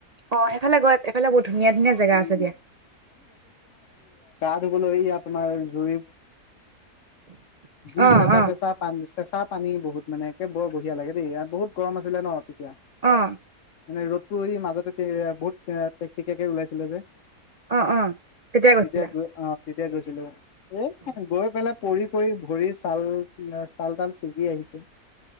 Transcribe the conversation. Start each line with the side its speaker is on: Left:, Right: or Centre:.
Right: অ', সেইফালে গৈ এইফালে বহুত ধুনীয়া ধুনীয়া জেগা
Left: উম,
Right: আছে দিয়া।
Left: এইফালে এয়া তোমাৰ জুৰি যি
Right: অ
Left: চেঁচা
Right: অ
Left: চেঁচা পানী চেঁচা পানী বহুত। মানে একে বৰ বঢ়িয়া লাগে দেই আৰু বহুত গৰম আছিলে ন' তেতিয়া।
Right: অহ।
Left: মানে ৰ'দটো মাজতে বহুত টেক টেকীয়াকে ওলাইছিলে যে।
Right: অ', অ', তেতিয়াই গৈছিলা।
Left: তেতিয়া গৈ অ তেতিয়া গৈছিলো এ গৈ পেলাই পৰি পৰি ভৰি ছাল, ছাল তাল ছিগি আহিছিল।